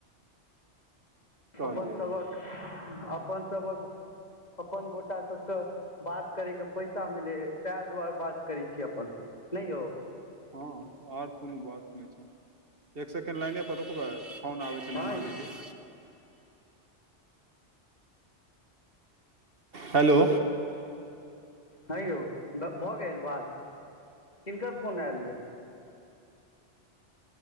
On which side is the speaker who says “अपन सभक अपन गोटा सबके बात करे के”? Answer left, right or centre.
Left